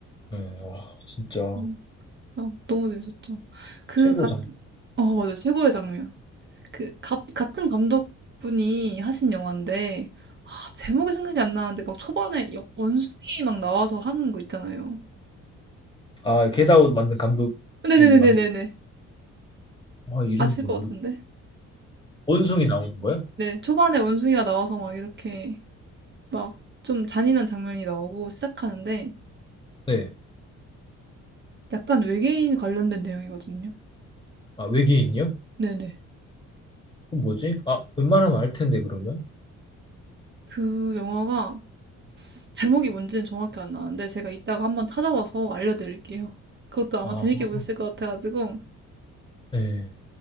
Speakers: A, on the left (about 15°); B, on the right (about 40°).
A: 네, 아, 진짜
B: 음. 어, 너무 재밌었죠. 그같은어
A: 최고 장.
B: 맞아요. 최고의 장면. 그 가, 같은 감독분이 하신 영화인데 아 제목이 생각이 안 나는데 막 초반에 여 원숭이 막 나와서 하는 거 있잖아요.
A: 아, 겟아웃 만든 감독이
B: 네네네네네네.
A: 만, 아, 이름
B: 아실
A: 좀
B: 것
A: 모르.
B: 같은데.
A: 원숭이 나오는 거야
B: 네. 초반에 원숭이가 나와서 막 이렇게 막 좀 잔인한 장면이 나오고 시작하는데
A: 네,
B: 약간 외계인 관련된 내용이거든요.
A: 아 외계인이요?
B: 네네.
A: 어, 뭐지? 아, 웬만하면 알 텐데, 그러면.
B: 그 영화가 제목이 뭔지는 정확히 안 나는데 제가 이따가 한번 찾아봐서 알려드릴게요. 그것도 아마
A: 아,
B: 재밌게 보셨을 것 같아가지고.
A: 네.